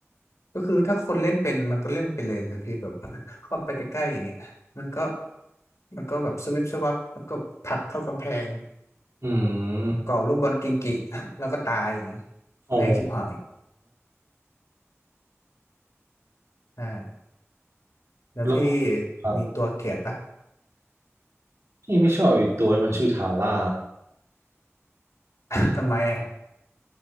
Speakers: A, on the left; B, on the right.
A: ก็คือถ้าคนเล่นเป็นมันก็เล่นไปเลยนะพี่แบบ <laughs> เข้าไปใกล้ๆอย่างเงี้ยมันก็มันก็แบบสวิปสวับแล้วก็ผลักเข้ากำแพง
B: อืม
A: ก่อลูกบอลกิงกิ <laughs> แล้วก็ตายอย่างเงี้ย
B: อ๋อ
A: แรงชิบหายใช่แล้วพี่
B: แล้วครับ
A: มีตัวเกลียดปะ
B: พี่ไม่ชอบอีกตัวมันชื่อทาร่า
A: <coughs> <laughs> ทำไมอ่ะ